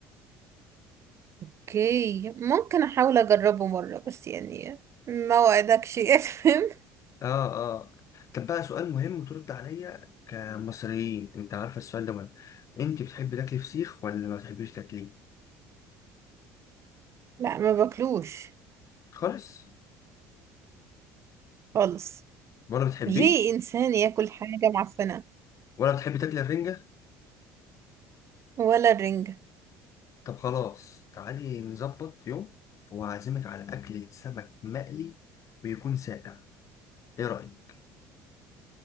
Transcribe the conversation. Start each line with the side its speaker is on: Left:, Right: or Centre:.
Right: اوكي ممكن احاول اجربه مره بس يعني ما وعدكش <laughs> افهم
Left: اه اه طب بقى سؤال مهم وترد عليا كمصريين انت عارفة السؤال ده مهم انت بتحبي تاكلي فسيخ ولا ما بتحبيش تاكليه
Right: لا ما باكلوش
Left: خالص
Right: خالص
Left: ولا بتحبيه
Right: ليه انسان ياكل حاجه معفنه
Left: ولا بتحبي تاكلي الرنجة
Right: ولا الرنجه
Left: طب خلاص تعالي نظبط يوم وأعزمك على أكلة سمك مقلي ويكون ساقع ايه رأيك